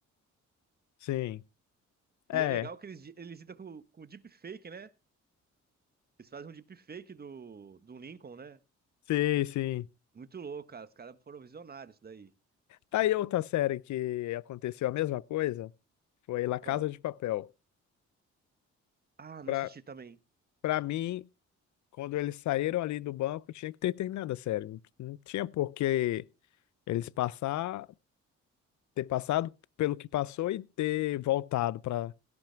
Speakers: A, on the left; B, on the right.
A: Sim. É.
B: E é legal que eles, eles lidam com, com deepfake, né? Eles fazem um deepfake do, do Lincoln, né?
A: Sim, sim.
B: Muito louco, cara. Os caras foram visionários daí.
A: Tá aí outra série que aconteceu a mesma coisa. Foi La Casa
B: Qual?
A: de Papel.
B: Ah, não
A: Pra,
B: assisti também.
A: pra mim, quando eles saíram ali do banco, tinha que ter terminado a série. Não, não tinha por que eles passar, ter passado pelo que passou e ter voltado pra